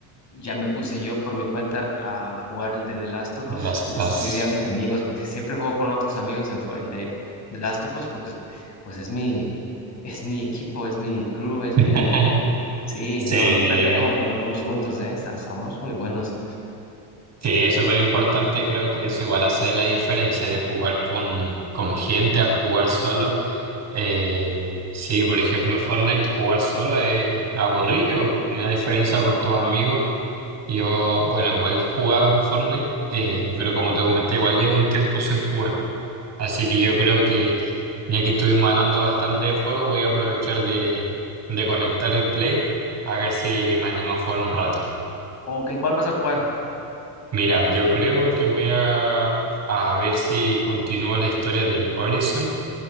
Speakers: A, on the left; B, on the right.
A: ya me puse yo por mi cuenta a jugar el de The Last of
B: Las
A: Us.
B: paz.
A: Le escribí a mis amigos porque <laughs> siempre juego con otros amigos en el de The Last of Us porque pues es mi es mi equipo, es mi crew, es
B: <laughs>
A: mi sí,
B: Sí.
A: no no perdemos cuando estamos juntos, eh. Sa- Somos muy buenos.
B: Sí, es súper importante, creo que eso igual hace la diferencia de jugar con, con gente a jugar solo. Eh, sí, por ejemplo, Fortnite jugar solo es aburrido, a diferencia con tus amigos. Yo, bueno, igual jugaba Fortnite, eh, pero como te comenté, igual llevo un tiempo sin jugar. Así que yo creo que ya que estuvimos hablando bastante de juego, voy a aprovechar de, de conectar el Play a ver si me animo a jugar un rato.
A: Ok, ¿cuál vas a jugar?
B: Mira, yo creo que voy a, a ver si continúo la historia del Horizon,